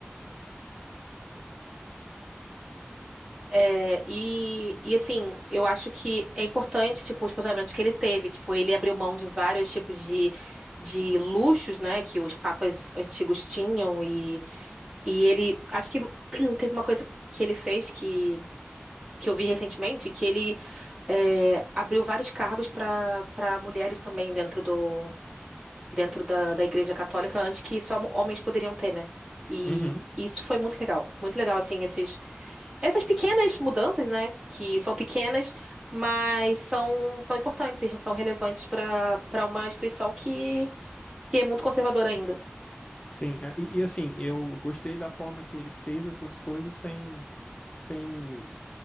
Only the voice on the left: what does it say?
Uhum.
Sim, é, e, e assim, eu gostei da forma que ele fez essas coisas sem, sem